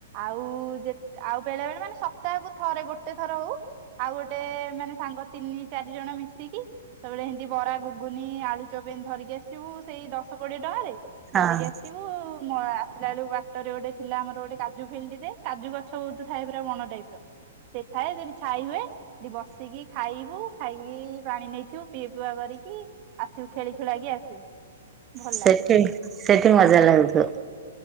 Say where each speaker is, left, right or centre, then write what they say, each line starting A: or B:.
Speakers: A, on the right; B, on the right.
A: ଆଉ। ଆଉ ଯେତ୍ ଆଉ ବେଳେ ବେଳେ ମାନେ ସପ୍ତାହକୁ ଥରେ ଗୋଟେ ଥର ହଉ ଆଉ ଗୋଟେ ମାନେ ସାଙ୍ଗ ତିନି ଚାରି ଜଣ ମିଶିକି ସେବଳେ ଏମତି ବରା ଗୁଗୁନି ଆଳୁ ଚପ ଏ ଧରିକି ଆସିବୁ ସେଇ ଦଶ କୋଡିଏ ଟଙ୍କାରେ?
B: ହଁ।
A: ଧରିକି ଆସିବୁ ଆସିଲା ବେଳକୁ ବାଟରେ ଗୋଟେ ଥିଲା ଆମର ଗୋଟେ କାଜୁ ଫିଲ୍ଡି ଯେ କାଜୁ ଗଛ ବହୁତ ଥାଏ ପୁରା ବଣ ଟାଇପ ର ସେଠଏ ସେଠି ଛାଇ ହୁଏ ସେଠି ବସିକି ଖାଇବୁ ଖାଇକି ପାଣି ନେଇଥିବୁ ପିଇବୁ ଆ କରିକି ଆସିବୁ ଖେଳି ଖେଳା କି ଆସିବୁ। ଭଲ
B: ସେଠି
A: ଲାଗେ।
B: ସେଠି ମଜା ଲାଗଛୁ।